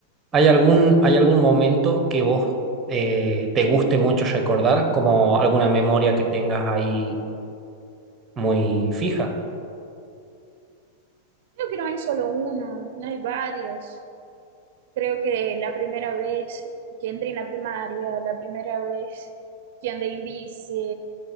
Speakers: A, on the right (about 20°); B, on the right (about 60°).
A: ¿Hay algún, hay algún momento que vos eh, te guste mucho recordar, como alguna memoria que tengas ahí muy fija?
B: Creo que no hay solo uno, no hay varios. Creo que la primera vez que entré en la primaria, la primera vez que andé en bici,